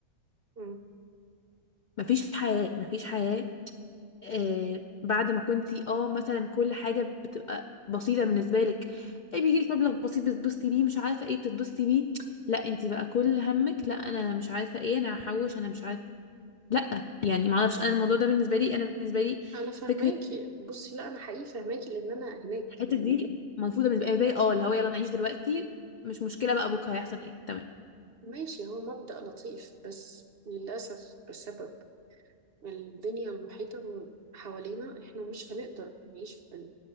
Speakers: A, on the right; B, on the left.
A: مم.
B: مفيش حياة مفيش حياة آه بعد ما كنتي اه مثلا كل حاجة بتبقى بسيطة بالنسبة لك ايه بيجيلك مبلغ بسيط بتتبسطي بيه مش عارفة ايه بتتبسطي بيه لا انتي بقى كل همك لا انا مش عارفة ايه انا هحوش انا مش عارفة لا يعني معرفش انا الموضوع ده بالنسبة لي انا بالنسبة لي
A: انا فهماكي
B: فكرة
A: بصي لا انا حقيقي فهماكي لان انا هناك
B: الحتة
A: يعني
B: دي مرفوضة بالنسبة لي اه اللي هو يلا نعيش دلوقتي مش مشكلة بقى بكرة هيحصل ايه تمام
A: ماشي هو مبدأ لطيف بس للأسف بسبب الدنيا المحيطة حوالينا احنا مش هنقدر نعيش بال...